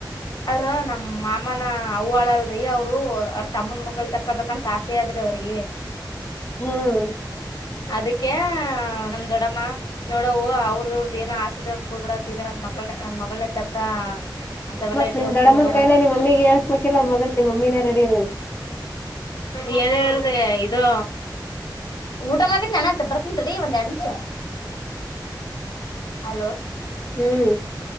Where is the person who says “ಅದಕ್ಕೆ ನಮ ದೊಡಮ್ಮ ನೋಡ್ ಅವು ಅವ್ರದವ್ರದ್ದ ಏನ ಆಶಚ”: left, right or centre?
Left